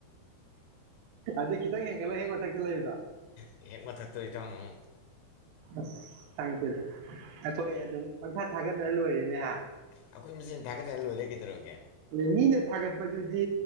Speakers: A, on the right; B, on the left.
A: ꯑꯗꯨ ꯈꯤꯇꯪ ꯍꯦꯟꯒꯠꯂ ꯍꯦꯛ ꯃꯊꯛꯇ ꯂꯩꯕꯗ
B: ꯍꯦꯛ ꯃꯊꯛꯇꯣ ꯏꯇꯥꯎꯅ ꯑꯃꯨꯛ
A: ꯑꯁꯪꯗꯦꯗ ꯑꯩꯈꯣꯏ ꯑꯗꯨꯝ ꯄꯪꯁꯥ ꯊꯥꯒꯠꯅꯔ ꯂꯣꯏꯔꯦꯅꯦꯍ
B: ꯑꯩꯈꯣꯏ ꯊꯥꯅ ꯂ ꯂꯩ ꯀꯦꯗꯔꯣ
A: ꯑꯗ ꯃꯤꯅ ꯊꯥꯒꯠꯄꯗꯨꯗꯤ